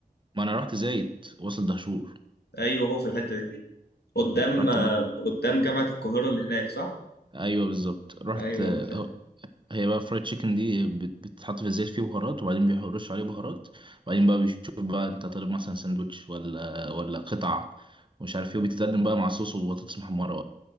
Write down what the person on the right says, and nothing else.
ما انا رحت زايد وصل دهشور
رحت
ب...
ايوه بالظبط رحت
آه،
آه،
هي بقى فرايد تشيكن دي بت- بتتحط في الزيت فيه بهارات وبعدين بيرشوا عليه بهارات وبعدين بقى بيشوف بقى انت طالب مثلا ساندوتش ولا ولا قطع ومش عارف ايه وبتتقدم بقى مع صوص وبطاطس محمره